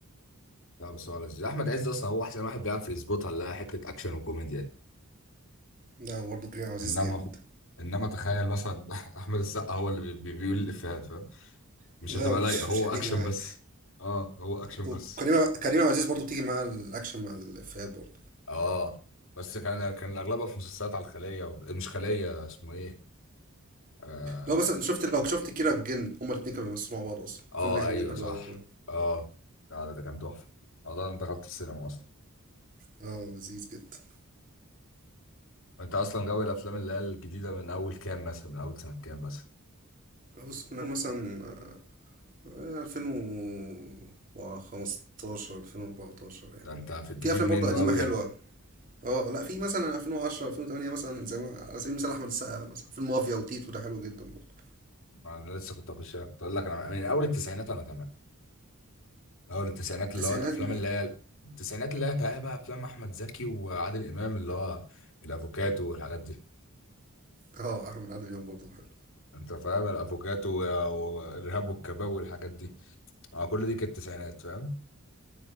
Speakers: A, on the left; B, on the right.
A: لا بس هو لذيذ احمد عز اصلا هو احسن واحد بيعرف يظبطها اللي هي حته اكشن وكوميديا دي.
B: لا برضه كريم عبد العزيز
A: انما
B: جامد
A: انما تخيل مثلا <laughs> احمد السقا هو اللي بي- بي- بيقول الافيهات فاهم مش
B: لا
A: هتبقى
B: مش
A: لايقه هو
B: مش هتيجي
A: اكشن
B: معايا
A: بس اه هو اكشن
B: وكريم
A: بس
B: كريم عبد العزيز برضه بتيجي مع الاكشن مع الافيهات برضه
A: اه بس كان كان اغلبها في مسلسلات على الخليه و... مش خليه اسمه ايه اه,
B: لو مثلا شفت لو شفت كيرة الجن هما الاتنين كانوا بيمثلوا مع بعض اصلا
A: آه
B: الفيلم ده كان
A: ايوه
B: حلو
A: صح
B: قوي
A: اه لا ده, ده كان تحفه والله انا دخلت السينما اصلا
B: اه لذيذ جدا
A: انت اصلا غاوي الافلام اللي هي الجديده من اول كام مثلا من اول سنه كام مثلا
B: بص من مثلا آه، 2015 2014 يعني
A: ده انت في الجديد
B: في افلام
A: منه
B: برضه قديمه
A: قوي
B: حلوه
A: يعني
B: اه لا في مثلا 2010 2008 مثلا زي ما على سبيل المثال احمد السقا مثلا فيلم مافيا وتيتو ده حلو جدا برضه
A: انا لسه كنت اخش كنت اقول لك انا من اول التسعينات انا تمام من اول التسعينات
B: التسعينات
A: اللي هو الافلام
B: م-
A: اللي هي التسعينات اللي هي بقى افلام احمد زكي وعادل امام اللي هو الافوكاتو والحاجات دي
B: اه احمد عادل امام برضه حلو
A: انت فاهم الافوكاتو والارهاب والكباب والحاجات دي اه كل دي كانت التسعينات فاهم